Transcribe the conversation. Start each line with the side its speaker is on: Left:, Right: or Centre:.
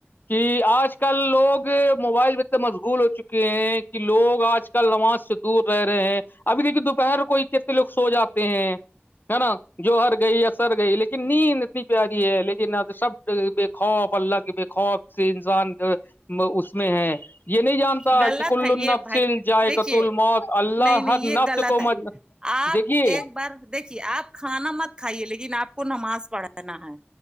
Left: کہ آج کل لوگ موبائل بھیتنے مشغول ہو چکے ہیں کہ لوگ آج ک نماز سے دور رہے ہیں ابھی دیکھیے دوپہر کوئی کتنے لوگ سو جاتے ہیں ہے نا جوہر گئی ہے گئی لیکن نیند اتنی پیاری ہے لیکن شبد بے خوف اللہ کے بے خوف سے انسان اس میں ہے یہ نہیں جانتا
Right: غلط
Left: کہ کل
Right: ہے یہ
Left: ال نفسل
Right: بھائی
Left: جائے
Right: دیکھیے
Left: قت ال موت اللہ
Right: نہیں نہیں
Left: ہر
Right: یہ
Left: نفس
Right: غلط
Left: کو
Right: ہے آپ
Left: دیکھیے
Right: ایک بار دیکھیے آپ کھانا مت کھائیے لیکن آپ کو نماز پڑھانا ہے